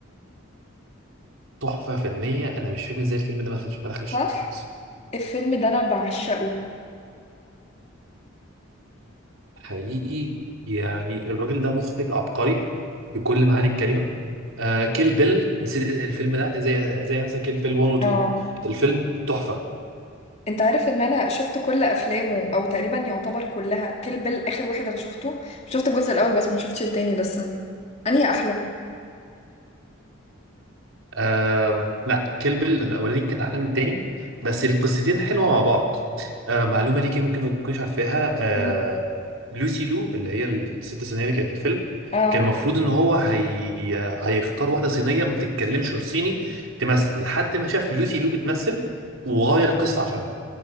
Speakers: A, on the right (about 75°); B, on the left (about 30°).
A: تحفه فنيه انا مش فاهم ازاي الفيلم ده ما دخلش ما دخلش
B: صح
A: الاوسكارز
B: الفيلم ده انا بعشقه
A: حقيقي يعني الراجل ده مخرج عبقري بكل معاني الكلمه آه كيل بيل نسيت الفيلم ده ازاي ازاي انسى كيل بيل 1 و 2
B: اه
A: الفيلم تحفه
B: انت عارف ان انا شفت كل افلامه او تقريبا يعتبر كلها كل بال اخر واحد انا شفته شفت الجزء الاول بس ما شفتش التاني لسه انهي احلى
A: آم، لا كيل بيل الاولاني كان احلى من التاني بس القصتين حلوه مع بعض آه معلومه ليكي ممكن ما تكونيش عارفاها آه
B: مم.
A: لوسي لو اللي هي الست صينيه اللي كانت في الفيلم
B: اه
A: كان المفروض ان هو هي... هيختار واحده صينيه ما بتتكلمش غير صيني تمثل لحد ما شاف لوسي لو بتمثل وغير القصه عشانها